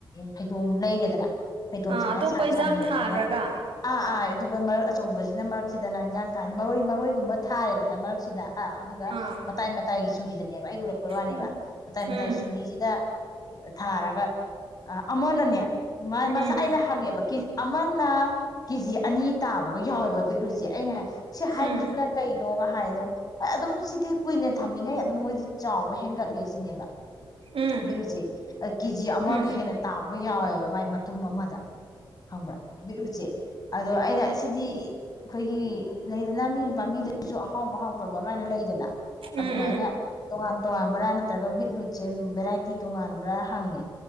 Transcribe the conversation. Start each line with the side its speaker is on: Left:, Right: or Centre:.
Left: ꯐꯩꯗꯣꯝ ꯂꯩꯔꯦꯗꯅ ꯐꯩꯗꯣꯝ
Right: ꯑꯥ
Left: ꯁꯨꯃꯥꯏꯅ
Right: ꯑꯇꯣꯞꯄ
Left: ꯁꯥꯡ
Right: ꯏꯟꯁꯥꯡ
Left: ꯁꯥꯡꯅ ꯂꯩꯔꯦ
Right: ꯊꯥꯈ꯭ꯔꯒ
Left: ꯑꯗ ꯑꯥ ꯑꯥ ꯑꯗꯨ ꯃꯔꯔ ꯑꯆꯧꯕꯁꯤꯅ ꯃꯔꯛꯁꯤꯗꯅ ꯍꯤꯟꯖꯥꯡ ꯊꯥꯅꯤ ꯃꯔꯣꯏ ꯃꯔꯣꯏꯒꯨꯝꯕ ꯊꯥꯔꯦꯗꯅ ꯃꯔꯛꯁꯤꯗ ꯑꯥ ꯑꯗꯨꯒ
Right: ꯑꯥ
Left: ꯃꯇꯥꯏ ꯃꯇꯥꯏꯒꯤ ꯆꯨꯔꯤꯗꯅꯦꯕ ꯑꯩ ꯎꯔꯛꯄꯩ ꯋꯥꯅꯦꯕ
Right: ꯎꯝ
Left: ꯃꯇꯥꯏ ꯃꯇꯥꯏꯒꯤ
Right: ꯎꯝ
Left: ꯆꯨꯔꯤꯁꯤꯗ ꯊꯥꯔꯒ ꯑꯃꯅꯅꯦ ꯃꯁꯥ
Right: ꯎꯝ
Left: ꯑꯩꯅ ꯍꯪꯉꯦꯕꯦ ꯑꯃꯅ ꯀꯦꯖꯤ ꯑꯅꯤ ꯇꯥꯕꯒ ꯌꯥꯎꯋꯦꯕ ꯎꯠꯂꯨꯁꯦ ꯑꯩꯅ ꯍꯥꯏ ꯁꯤ ꯍꯥꯏꯕ꯭ꯔꯤꯠꯅ
Right: ꯎꯝ
Left: ꯀꯩꯅꯣꯒ ꯍꯥꯏꯗ ꯑꯗꯨꯝ ꯁꯤꯗꯤ ꯀꯨꯏꯅ ꯊꯝꯃꯤꯉꯩ ꯑꯗꯨꯝ ꯃꯣꯏꯗꯤ ꯆꯥꯎꯕ ꯍꯦꯟꯒꯠꯂꯦ ꯁꯤꯅꯦꯕ
Right: ꯎꯝ
Left: ꯕꯤꯦꯔꯨꯁꯦ ꯀꯦꯖꯤ ꯑꯃ
Right: ꯎꯝ ꯎꯝ
Left: ꯍꯦꯟꯅ ꯇꯥꯕꯒ ꯌꯥꯎꯋꯦꯕ ꯃꯥꯏ ꯃꯇꯨꯝ ꯑꯃꯗ ꯈꯪꯕ꯭ꯔꯥ ꯕꯤꯠꯔꯨꯠꯁꯦ ꯑꯗꯣ ꯑꯩꯅ ꯑꯁꯤꯗꯤ ꯑꯩꯈꯣꯏꯒꯤ ꯂꯩꯗꯅ ꯃꯤ ꯄꯥꯝꯕꯤꯗꯨꯁꯨ ꯑꯍꯥꯎꯕ ꯍꯥꯎꯇꯕ ꯀꯥꯏꯅ ꯂꯩꯗꯅ ꯑꯗꯨꯃꯥꯏꯅ
Right: ꯎꯝ
Left: ꯇꯣꯉꯥꯟ ꯇꯣꯉꯥꯟꯕ꯭ꯔꯥ ꯅꯠꯇ꯭ꯔꯒ ꯕꯤꯠꯔꯨꯠꯁꯦ ꯚꯦꯔꯥꯏꯇꯤ ꯇꯣꯉꯥꯟꯕ꯭ꯔꯥ ꯍꯪꯉꯦ